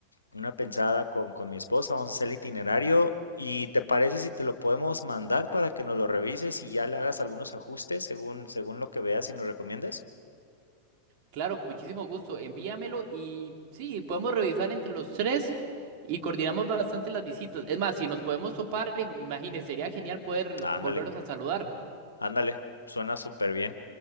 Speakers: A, on the left (about 75°); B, on the right (about 45°).
A: una pensada con, con mi esposa. Vamos a hacer el itinerario. ¿Y te parece si te lo podemos mandar para que nos lo revises y ya le hagas algunos ajustes según, según lo que veas y nos recomiendes?
B: Claro, con muchísimo gusto, envíamelo y sí, podemos revisar entre los tres y coordinamos bastante las visitas. Es más, si nos podemos topar, im- imagínense, sería genial poder
A: Ándale.
B: volvernos a saludar.
A: Ándale, suena súper bien.